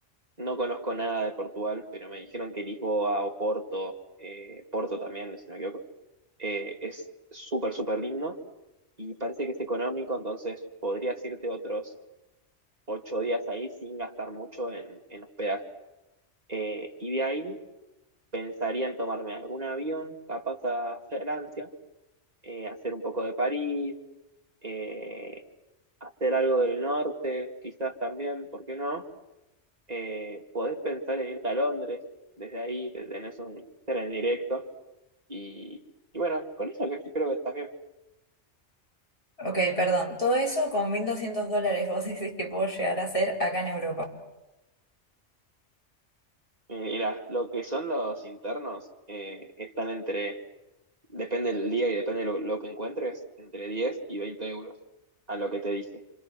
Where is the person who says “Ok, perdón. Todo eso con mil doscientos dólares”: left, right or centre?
Left